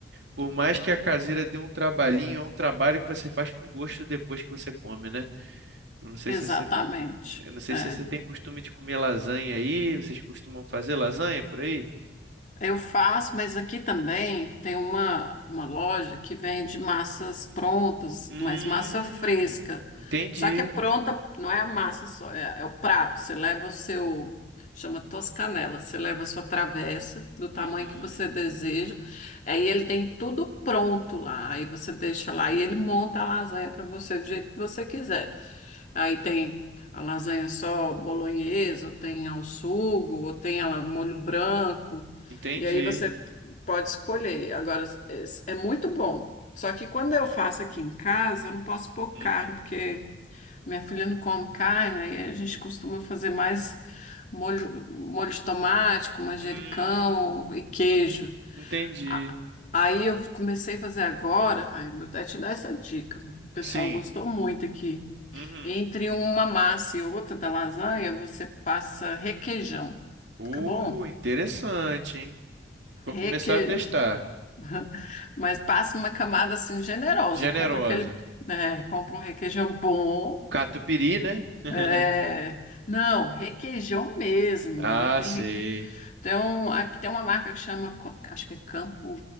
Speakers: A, on the right; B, on the left.
A: por mais que a caseira dê um trabalhinho, é um trabalho que você faz com gosto depois que você come, né? Eu Não sei
B: exatamente.
A: se Eu não sei
B: É.
A: se você tem costume de comer lasanha aí. Vocês costumam fazer lasanha por aí?
B: Eu faço, mas aqui também tem uma, uma loja que vende massas prontas,
A: Hum,
B: mas massa fresca.
A: entendi.
B: Só que é pronta, não é a massa só, é, é o prato. Você leva o seu, chama Toscanela, você leva a sua travessa do tamanho
A: Uhum,
B: que você deseja. Aí ele tem tudo pronto lá. Aí você deixa lá e ele monta a lasanha para você do jeito que você quiser. Aí tem a lasanha só bolonhesa, ou tem ao sugo, ou tem ela molho branco.
A: entendi.
B: E aí você pode escolher. Agora, é, é muito bom. Só que quando eu faço aqui em casa, eu não posso pôr
A: Uhum.
B: carne, porque minha filha não come carne, aí a gente costuma fazer mais molho, molho de tomate, com manjericão
A: Hum,
B: e queijo.
A: entendi.
B: A- Aí eu comecei a fazer agora, aí eu vou até te dar essa dica. O pessoal
A: Sim.
B: gostou muito aqui.
A: Uhum.
B: Entre uma massa e outra da lasanha, você passa requeijão.
A: Uh,
B: Fica bom?
A: interessante, hein? Vou
B: Requeijão.
A: começar a testar.
B: <laughs> Mas passa uma camada assim generosa.
A: Generosa.
B: Compra aquele, né, compra um requeijão bom.
A: Catupiry, né? <laughs>
B: É, não, requeijão mesmo,
A: Ah,
B: daquele.
A: sei.
B: Então, aqui tem uma marca que chama, Co- acho que é Campo,